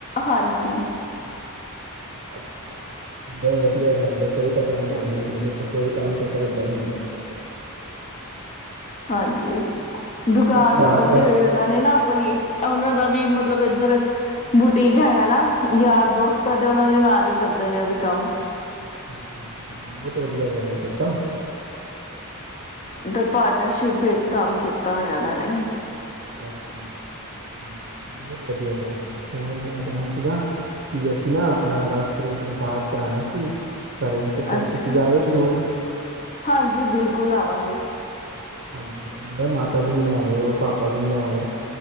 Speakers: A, on the left; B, on the right.
A: ਹਾਂਜੀ
B: ਅੱਛਾ ਚ ਵਧੀਆ ਗਦੇ ਕੋਈ ਤਾਂ ਕੰਮ ਕਰਨਾ
A: ਹਾਂਜੀ
B: ਈ ਐ ਦੇਖੋ ਕੋਈ ਕੰਮ, ਛੋਟਾ ਵੱਡਾ ਨੀ ਹੁੰਦਾ।
A: ਹਾਂਜੀ, ਦੁਕਾਨ
B: ਅਸੀਂ ਆਪ
A: ਖੋਲੀ
B: ਹੈ।
A: ਹੋਈ ਐ ਉਨ੍ਹਾ ਨੇ ਨਾ ਆਪਣੀ ਉਹਨਾਂ ਦਾ, ਵੀ ਮਤਲਬ ਇੱਧਰ ਬੁਟੀਕ ਹੈਗਾ ਨਾ ਯਾਰ ਦੋਸਤ ਆ ਤੇ ਉਹਨਾਂ ਦੇ ਨਾਲ ਹੀ ਕਰਦੇ ਨੇ ਉਹ ਵੀ ਕੰਮ,
B: ਜੀ ਬਹੁਤ ਵਧੀਆ ਗੱਲ ਆ ਫੇਰ ਤਾ,
A: ਤੇ ਪਾਰਟਨਰਸ਼ਿਪ ਵਿੱਚ ਕੰਮ ਕੀਤਾ ਹੋਇਆ ਉਹਨਾਂ ਨੇ,
B: ਅੱਛਾ ਅੱਛਾ, ਹੁੰ ਬਹੁਤ ਵਧੀਆ ਕੰਮ ਐ। ਹੋਰ ਮੈਂ ਕਹਿਣਾ ਸੀਗਾ। ਕੀ ਅਸੀਂ ਨਾ ਆਪਣਾ ਦਸ ਤਰੀਕ ਨੂੰ, ਪਾਠ ਕਰਾਣਾ ਸੀ। ਘਰੇ ਤੇ ਫਿਰ
A: ਅੱਛਾ
B: ਤੁਸੀਂ ਆਇਓ ਜ਼ਰੂਰ।
A: ਹਾਂਜੀ ਬਿਲਕੁਲ ਆਵਾਂਗੇ।
B: ਹਾਂਜੀ ਨਾਲੇ ਮਾਤਾ ਜੀ ਨੂੰ ਲੈ ਆਇਓ ਪਾਪਾ ਜੀ ਨੂੰ ਲੈ ਆਇਓ।